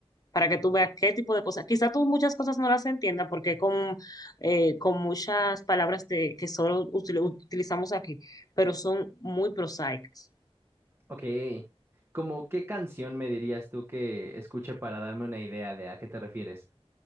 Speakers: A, on the left; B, on the right.
A: para que tú veas qué tipo de cosas. Quizá tú muchas cosas no las entiendas porque con, eh, con muchas palabras de, que solo util- utilizamos aquí, pero son muy prosaicas.
B: Ok. ¿como qué canción me dirías tú que escuche para darme una idea de a qué te refieres?